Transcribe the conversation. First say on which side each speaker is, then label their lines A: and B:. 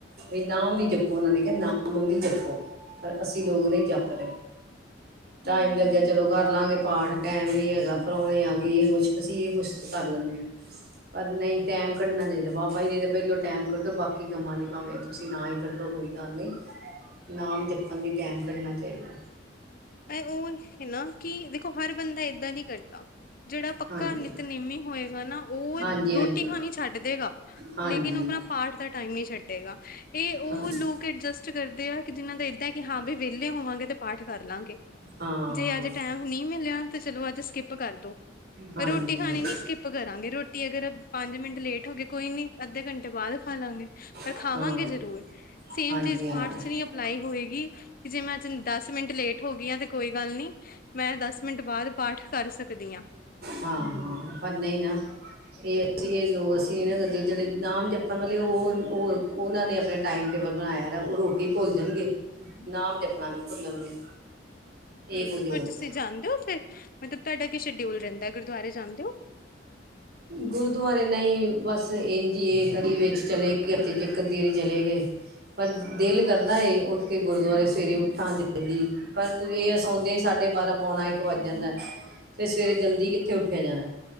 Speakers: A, on the right; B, on the left.
A: ਵੀ ਨਾਮ ਜਪੋ ਉਨਾਂ ਨੇ ਕੇਆ ਨਾਮ ਵੀ ਜਪੋ ਪਰ ਅਸੀਂ ਲੋਕ ਨਈ ਜਪ ਰੇ, ਟਾਈਮ
B: ਹੂੰ।
A: ਲੱਗਿਆ ਚਲੋ ਕਰ ਲਾਂਗੇ ਪਾਠ, ਟਾਈਮ ਨੀ ਹੈਗਾ, ਪ੍ਰਾਉਣੇ ਆਗੇ ਏਈ ਕੁੱਛ ਅਸੀਂ ਏ ਕੁਛ ਕਰ ਲੈਂਨੇ ਆ। ਪਰ ਨਈ ਟਾਈਮ ਕੱਢਣਾ ਚਾਈਦਾ ਬਾਬਾ ਜੀ ਦੇ ਤਾਂ ਪਹਿਲੋਂ ਟਾਈਮ ਕੱਢੋ ਬਾਕੀ ਕੰਮਾਂ ਲਈ ਭਾਵੇਂ ਤੁਸੀਂ ਨਾ ਈ ਕੱਢੋ ਕੋਈ ਗੱਲ ਨੀ। ਨਾਮ ਜੱਪਣ ਲਈ ਟੈਮ ਕੱਢਣਾ ਚਾਈਦੈ।
B: ਐ ਉ ਹਨ ਨਾ, ਕਿ ਦੇਖੋ ਹਰ ਬੰਦਾ ਏਦਾਂ ਨੀ ਕਰਦਾ। ਜੇੜਾ ਪੱਕਾ
A: ਹਾਂਜੀ
B: ਨਿੱਤਨੇਮੀ ਹੋਏਗਾ ਨਾ ਉ
A: ਹਾਂਜੀ
B: ਰੋਟੀ
A: ਹਾਂਜੀ
B: ਖਾਣੀ ਛੱਡ ਦੇਗਾ,
A: ਹਾਂਜੀ
B: ਲੇਕਿਨ ਉ ਆਪਨਾ ਪਾਠ ਦਾ ਟਾਈਮ ਨਈ ਛੱਡੇਗਾ। ਏ ੳ
A: ਹਾਂਜੀ
B: ਲੋਕ ਅਡਜਸਟ ਕਰਦੇ ਆ ਕਿ ਜਿਨਾਂ ਦਾ ਏਦਾਂ ਕਿ ਹਾਂ ਬਈ ਵੇਲੇ ਹੋਵਾਂਗੇ ਤੇ ਪਾਠ ਕਰ ਲਾਂਗੇ।
A: ਹਾਂ
B: ਜੇ ਅੱਜ ਟੈਮ ਨਈ ਮਿਲਿਆ, ਤੇ ਚਲੋ ਅੱਜ ਸਕਿਪ ਕਰ ਦੋ।
A: ਹਾਂਜੀ
B: ਪਰ ਰੋਟੀ ਖਾਨੀ ਨੀ ਸਕਿੱਪ ਕਰਾਂਗੇ, ਰੋਟੀ ਅਗਰ ਪੰਜ ਮੇਂਟ ਲੇਟ ਹੋ ਗਏ ਕੋਈ ਨੀ ਅੱਧੇ ਘੰਟੇ ਬਾਦ ਖਾ ਲਾਂਗੇ, ਪਰ
A: ਹਾਂ
B: ਖਾਵਾਂਗੇ
A: ਹਾਂਜੀ
B: ਜ਼ਰੂਰ ਸੇਮ
A: ਹਾਂਜੀ
B: ਚੀਜ਼
A: ਹਾਂ
B: ਪਾਠ ਚ ਵੀ ਲਾਈ ਹੋਏਗੀ ਗੀ, ਜੇ ਮੈਂ ਅੱਜ ਦਸ ਮਿੰਟ ਲੇਟ ਹੋਗੀ ਆਂ ਤੇ ਕੋਈ ਗੱਲ ਨੀ, ਮੈਂ ਦਸ ਮੇੰਟ ਬਾਦ ਪਾਠ ਕਰ ਸਕਦੀ ਆਂ।
A: ਹਾਂ-ਹਾਂ ਪਰ ਨਈ ਨਾ ਏ ਅਸੀਂ ਏ ਲੋਗ ਅਸੀਂ ਨੀ ਨਾ ਕਰਦੇ, ਜੇੜੇ ਨਾਮ ਜਪਣ ਵਾਲੇ ਉ ੳ ਉਨਾਂ ਨੇ ਆਪਣੇ ਟਾਈਮ ਟੇਬਲ ਬਨਾਇਆ ਦੈ, ੳ ਰੋਟੀ ਭੁੱਲ ਜਾਨਗੇ ਨਾਮ ਜਪਨਾ ਨੀ ਭੁੱਲਣਗੇ।
B: ਹੂੰ
A: ਇਹ ਕੁਝ ਹੋ
B: ਹੋਰ
A: ਰਿਹਾ
B: ਤੁਸੀਂ ਜਾਨਦੇ ੳ ਫੇਰ ਮਤਲਬ ਤੁਹਾਡਾ ਕੀ ਸ਼ਡਿਊਲ ਰੈਂਦੈ ਗੁਰਦੁਆਰੇ ਜਾਨਦੇ ੳ?
A: ਗੁਰਦੁਆਰੇ ਨਈ ਬਸ ਏੰਝ ਇ ਏ ਕਦੀ ਵੇਚ ਚਲੇ ਗਏ ਹਫਤੇ ਚ ਏਕ ਅਦੀ ਵਾਰੀ ਚਲੇ ਗਏ। ਪਰ ਦੇਲ ਕਰਦਾ ਏ ਉੱਠ ਕੇ ਗੁਰਦੁਆਰੇ ਸਵੇਰੇ ਉੱਠਾਂ ਜਲਦੀ ਪਰ ਏ ਐ ਸੋਨਦੇ ਈ ਸਾਡੇ ਬਾਰਾਂ, ਪੋਣਾ ਏਕ ਵੱਜ ਜਾਂਦੈ। ਫੇਰ ਸਵੇਰੇ ਜਲਦੀ ਕਿੱਥੇ ਉੱਠਿਆ ਜਾਣੈ।